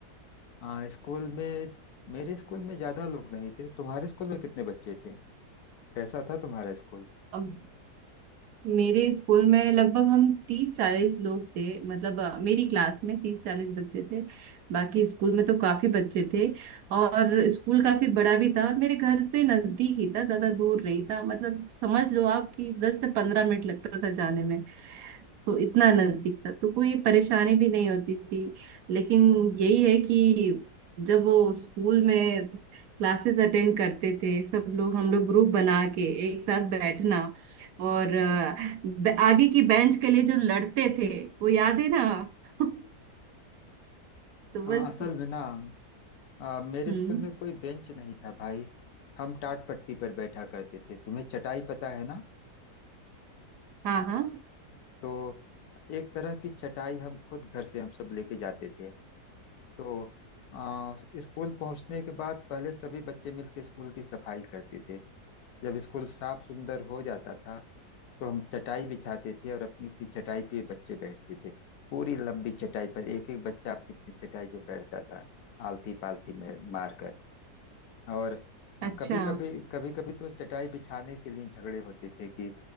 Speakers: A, on the left; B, on the right.
A: हाँ स्कूल में मेरे स्कूल में ज्यादा लोग नहीं थे तुम्हारे स्कूल में कितने बच्चे थे कैसा था तुम्हारा स्कूल
B: हम्म मेरे स्कूल में लगभग हम तीस चालीस लोग थे मतलब अ, मेरी क्लास में तीस चालीस बच्चे थे बाकी स्कूल में तो काफी बच्चे थे और स्कूल काफी बड़ा भी था और मेरे घर से नजदीक ही था ज्यादा दूर नहीं था मतलब समझ लो आप कि दस से पंद्रह मिनट लगता था जाने में तो इतना नजदीक था तो कोई परेशानी भी नहीं होती थी लेकिन यही है कि जब वो स्कूल में क्लासेस अटेंड करते थे सब लोग हम लोग ग्रुप बना के एक साथ बैठना और ब- आगे की बेंच के लिए जो लड़ते थे वो याद है ना <laughs> तो
A: हाँ
B: बस
A: असल में ना आ, मेरे
B: हम्म
A: स्कूल में कोई बेंच नहीं था भाई हम टाट पट्टी पर बैठा करते थे तुम्हें चटाई पता है ना
B: हाँ हाँ
A: तो एक तरह की चटाई हम खुद घर से हम सब लेके जाते थे तो आ, स्कूल पहुंचने के बाद पहले सभी बच्चे मिलके स्कूल की सफाई करते थे जब स्कूल साफ सुंदर हो जाता था तो हम चटाई बिछाते थे और अपनी अपनी चटाई पे बच्चे बैठते थे पूरी लंबी चटाई पर एक एक बच्चा अपनी अपनी चटाई पे बैठता था आलती पालती मार कर और
B: अच्छा
A: कभी कभी कभी कभी तो चटाई बिछाने के लिए झगड़े होते थे कि